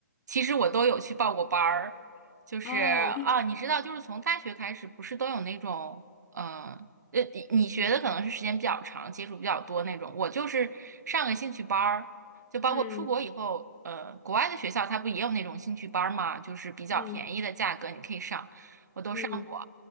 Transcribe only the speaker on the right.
其实我都有去报过班儿。就是啊，
你知道，就是从大学开始，不是都有那种，呃。呃，你你学的可能是时间比较长，接触比较多那种。我就是上个兴趣班儿，就包括出国以后，
呃，国外的学校它不也有那种兴趣班儿嘛，就是比较便宜的价格你可以上，
我都上过，